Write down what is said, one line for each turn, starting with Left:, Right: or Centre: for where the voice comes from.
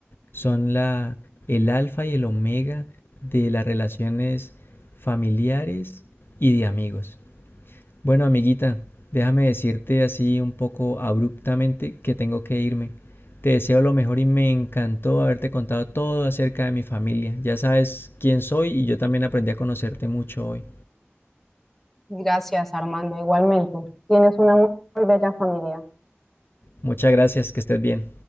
Left: son la, el alfa y el omega de las relaciones familiares y de amigos. Bueno, amiguita, déjame decirte así un poco abruptamente que tengo que irme. Te deseo lo mejor y me encantó haberte contado todo acerca de mi familia. Ya sabes quién soy y yo también aprendí a conocerte mucho hoy.
Centre: Gracias, Armando. Igualmente, tienes una muy bella familia.
Left: Muchas gracias, que estés bien.